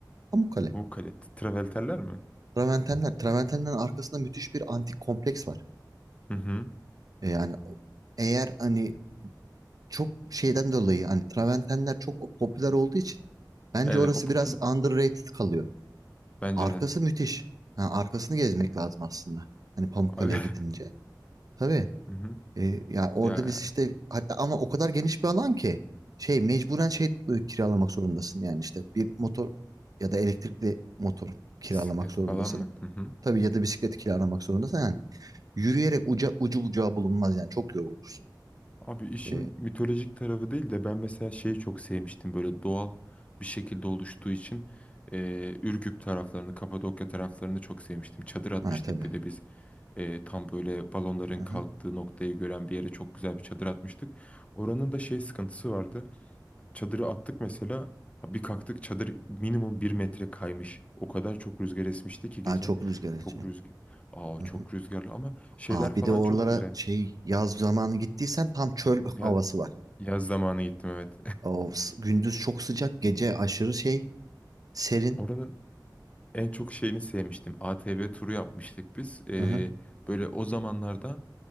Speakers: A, on the right; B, on the left.
A: Pamukkale.
B: Pamukkale. Travelterler mi?
A: Traventenler. Traventenlerin arkasında müthiş bir antik kompleks var.
B: Hı hı.
A: E, yani o- eğer hani çok şeyden dolayı hani Traventenler çok popüler olduğu için bence
B: Evet
A: orası
B: o popül
A: biraz underrated kalıyor.
B: bence
A: Arkası
B: de.
A: müthiş. Ha, arkasını gezmek lazım aslında. Hani Pamukkale'ye
B: Abi.
A: gidince.
B: <laughs>
A: Tabii.
B: Hı hı.
A: E, ya orada
B: Ya
A: biz işte hatta ama o kadar geniş bir alan ki şey mecburen şey e, kiralamak zorundasın yani işte bir motor ya da elektrikli motor kiralamak
B: bisiklet
A: zorundasın.
B: falan mı? Hı hı.
A: Tabii ya da bisiklet kiralamak zorundasın. Yani yürüyerek uca, ucu bucağı bulunmaz yani çok yorulursun.
B: Abi işin
A: E,
B: mitolojik tarafı değil de ben mesela şeyi çok sevmiştim böyle doğal bir şekilde oluştuğu için eee Ürgüp taraflarını, Kapadokya taraflarını çok sevmiştim. Çadır atmıştık
A: ha, tabii.
B: bir de biz eee, tam böyle balonların
A: Aha.
B: kalktığı noktayı gören bir yere çok güzel bir çadır atmıştık. Oranın da şey sıkıntısı vardı. Çadırı attık mesela ha bir kalktık çadır minimum bir metre kaymış. O kadar çok rüzgar esmişti ki gece.
A: Ha, çok rüzgar esiyor.
B: Çok rüzgar. Aa
A: Aha.
B: çok rüzgarlı ama şeyler
A: Aa, bir
B: falan
A: de oralara
B: çok güzel.
A: şey yaz zamanı gittiysen tam çöl
B: Ya,
A: havası var.
B: yaz zamanı gittim evet.
A: O, s- gündüz çok sıcak, gece aşırı şey, serin.
B: Oranın en çok şeyini sevmiştim. ATV turu yapmıştık biz. Ee,
A: Hı hı.
B: böyle o zamanlarda